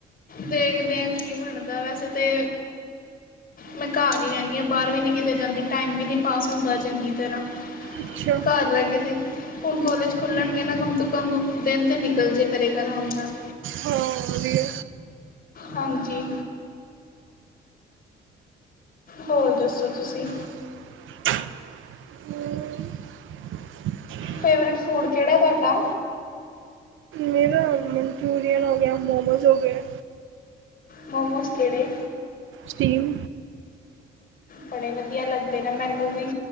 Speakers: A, on the left; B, on the right.
A: ਦੇਖਦੇ ਐ ਕੀ ਬਣਦਾ? ਵੈਸੇ ਤੇ ਮੈਂ ਘਰ ਈ ਰਹਿੰਨੀ ਆਂ, ਬਾਰ ਵੀ ਨੀ ਕਿਤੇ ਜਾਂਦੀ, ਟਾਈਮ ਵੀ ਨੀ ਪਾਸ ਹੁੰਦਾ ਚੰਗੀ ਤਰ੍ਹਾਂ।
B: ਅੱਛਾ
A: ਘਰ ਰਹਿ ਕੇ ਤੇ, ਹੁਣ ਕੋਲੇਜ ਖੁੱਲਣਗੇ ਨਾ ਕੰਮ ਤੋਂ ਕਮ ਦੇਨ ਤੇ ਨਿਕਲ ਜੇ ਕਰੇਗਾ ਰਾਮ ਨਾਲ
B: ਹਾਂ ਵਧੀਆ
A: ਹਾਂਜੀ। ਹੋਰ ਦੱਸੋ ਤੁਸੀ?
B: ਹੂੰ।
A: ਫੇਵਰੇਟ ਫੂੜ ਕੇੜਾ ਤੁਹਾਡਾ?
B: ਮੇਰਾ ਮਨਚੁਰੀ ਹੋ ਗੇਆ ਮੋਮੋਜ਼ ਹੋ ਗੇ।
A: ਮੋਮੋਜ਼ ਕੇੜੇ?
B: ਸਿਟੀਮ।
A: ਬੜੇ ਵਦੀਆ ਲੱਗਦੇ ਨੇ ਮੈਨੂੰ ਵੀ।